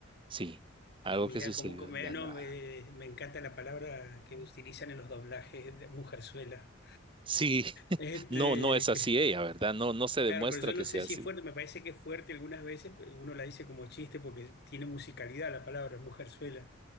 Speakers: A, on the right (about 25°); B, on the left (about 50°).
A: sí, algo
B: mira,
A: que sucedió
B: como, como-
A: de la
B: no,
A: nada.
B: me, me encanta la palabra que utilizan en los doblajes de mujerzuela.
A: Sí, <laughs>
B: Este,
A: no, no es así ella, ¿verdad? No, no se
B: Claro,
A: demuestra
B: pero yo
A: que
B: no
A: sea
B: sé si
A: así.
B: es fuerte, me parece que es fuerte algunas veces, pero uno la dice como chiste porque tiene musicalidad la palabra, mujerzuela.